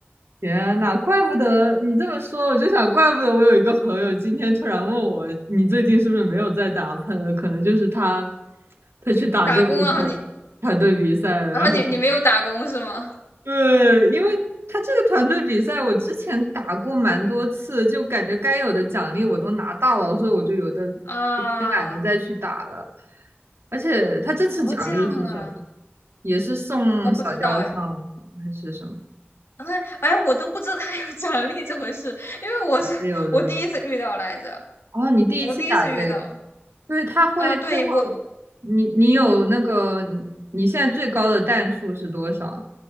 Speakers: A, on the right; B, on the left.
A: 天呐，怪不得你这么说，我就想，怪不得我有一个朋友今天突然问我，你最近是不是没有在打喷了？可能就是他，他去打这个团团队比赛了。
B: 打工啊，然后你，然后你，
A: 然后，
B: 你没有打工是吗？
A: 对，因为他这个团队比赛，我之前打过蛮多次，就感觉该有的奖励我都拿到了，所以我就有的
B: 啊，
A: 懒得再去打了。而且他这次奖励是什么？
B: 哦，这样啊，
A: 也是送小雕像吗还是什么？
B: 哦，不知道哎，哎，哎，我都不知道他 <laughs> 有奖励这回事，因为我是我第一次遇到来着，
A: 没有的。哦，你第一次打这个。
B: 我第一次遇到
A: 对，他会正好，
B: 啊。对，我
A: 你你有那个你你现在最高的弹数是多少？